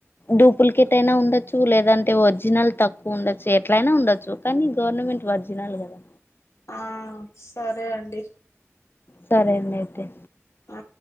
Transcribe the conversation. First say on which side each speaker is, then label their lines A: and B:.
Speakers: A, on the left; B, on the left.
A: డూప్లికేట్ అయినా ఉండొచ్చు లేదంటే ఒరిజినల్ తక్కువ ఉండొచ్చు ఎట్లయినా ఉండొచ్చు కానీ గవర్నమెంట్ ఒరిజినల్ కదా
B: ఆ సరే అండి
A: సరే అండి అయితే
B: అ